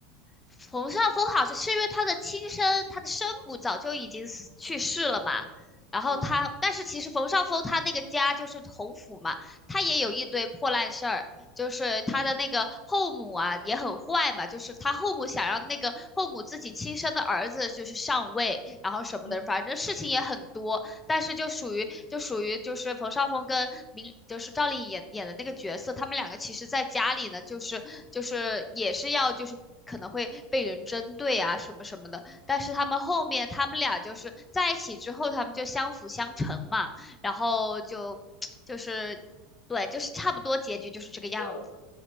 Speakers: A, on the left; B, on the left.
A: 冯绍峰好像是因为他的亲生他的生母早就已经死去世了嘛，然后他，
B: 嗯
A: 但是其实冯绍峰他那个家就是侯府嘛，他也有一堆破烂事儿，就是他的那个后母啊也很坏嘛，就是他后母想让那个后母自己亲生的儿子就是上位，然后什么的，
B: 嗯，
A: 反正事情也很多，但是就属于就属于就是冯绍峰跟明就是赵丽颖演演的那个角色，他们两个其实在家里呢，就是就是也是要就是可能会被人针对啊什么什么的，但是他们后面他们俩就是在一起之后，他们就相辅相成嘛，然后就 <tsk> 就是对，就是差不多结局就是这个样子。
B: 就